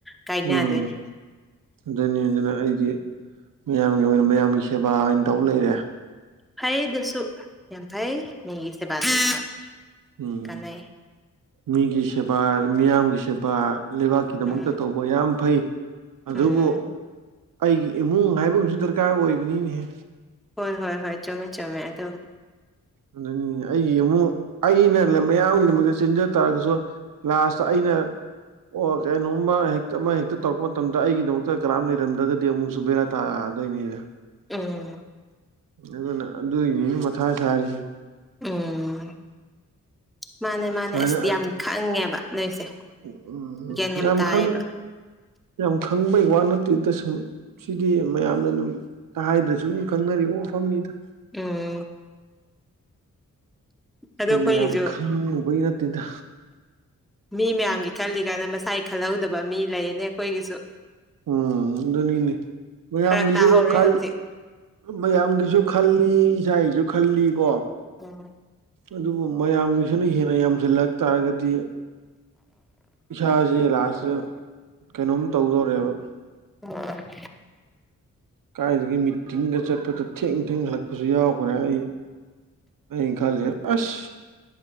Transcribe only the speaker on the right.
ꯎꯝ ꯑꯗꯨꯅꯤ ꯑꯗꯨꯅ ꯑꯩꯗꯤ ꯃꯌꯥꯝꯒꯤ ꯑꯣꯏꯅ ꯃꯌꯥꯝꯒꯤ ꯁꯦꯕꯥ ꯑꯣꯏꯅ ꯇꯧꯕ ꯂꯩꯔꯦ
ꯎꯝ
ꯃꯤꯒꯤ ꯁꯦꯕꯥ ꯃꯤꯌꯥꯝꯒꯤ ꯁꯦꯕꯥ ꯂꯩꯕꯥꯛꯀꯤꯗꯃꯛꯇ
ꯇꯧꯕ ꯑꯣ ꯌꯥꯝ ꯐꯩ ꯑꯗꯨꯕꯨ
ꯑꯩꯒꯤ ꯏꯃꯨꯡ ꯍꯥꯏꯕ ꯑꯃꯁꯨ ꯗꯔꯀꯥꯔ ꯑꯣꯏꯕꯅꯤꯅꯦꯍꯦ
ꯑꯗꯨꯅꯤ ꯑꯩꯒꯤ ꯑꯃꯨꯛ ꯑꯩꯅ ꯂꯝ ꯃꯌꯥꯝꯒꯤꯗꯃꯛꯇ ꯆꯦꯟꯖ ꯇꯥꯔꯒꯁꯨ ꯂꯥꯁꯇ ꯑꯩꯅ ꯑꯣ ꯀꯩꯅꯣꯝꯃ ꯍꯦꯛꯇ ꯑꯃ ꯍꯦꯛꯇ ꯇꯧꯔꯛꯄ ꯃꯇꯝꯗ ꯑꯩꯒꯤꯗꯃꯛꯇ ꯀꯔꯝ ꯂꯩꯔꯝꯗ꯭ꯔꯒꯗꯤ ꯑꯃꯨꯛꯁꯨ ꯕꯦꯔꯥ ꯇꯥꯗꯣꯏꯅꯦꯅ꯫
ꯑꯗꯨꯅ ꯑꯗꯨꯒꯤꯅꯤ ꯃꯊꯥ ꯁꯥꯔꯤꯁꯦ꯫
ꯑꯗꯨꯃꯥꯏꯅ
ꯎꯝ
ꯈꯪ ꯌꯥꯝ ꯈꯪꯕꯩ ꯋꯥ ꯅꯠꯇꯦꯗ ꯁꯨꯝ ꯁꯤꯗꯤ ꯃꯌꯥꯝꯅ ꯑꯗꯨꯝ ꯇꯥꯏꯗ꯭ꯔꯁꯨ ꯑꯗꯨꯝ ꯈꯪꯅꯔꯤꯕ ꯋꯥꯐꯝꯅꯤꯗ
ꯍꯣꯏꯅ
ꯌꯥꯝ ꯈꯪꯕꯩ ꯅꯠꯇꯗ
ꯎꯝ ꯑꯗꯨꯅꯤꯅꯦ ꯃꯌꯥꯝꯒꯤꯁꯨ
ꯈꯜ
ꯃꯌꯥꯝꯒꯤꯁꯨ ꯈꯜꯂꯤ ꯏꯁꯥꯒꯤꯁꯨ ꯈꯜꯂꯤ ꯀꯣ
ꯑꯗꯨꯕꯨ ꯃꯌꯥꯝꯒꯤꯁꯤꯅ ꯍꯦꯟꯅ ꯌꯥꯝꯁꯤꯜꯂꯛ ꯇꯥꯔꯒꯗꯤ꯫ ꯏꯁꯥꯁꯦ ꯂꯥꯁꯇ ꯀꯩꯅꯣꯝ ꯇꯧꯗꯧꯔꯦꯕ
ꯀꯥꯏꯗꯒꯤ ꯃꯤꯇꯤꯡꯒ ꯆꯠꯄꯗ ꯊꯦꯡ ꯊꯦꯡ ꯍꯜꯂꯛꯄꯁꯨ ꯌꯥꯎꯈ꯭ꯔꯦ ꯑꯩ ꯑꯩ ꯈꯥꯜꯂꯤꯁꯦ ꯑꯁ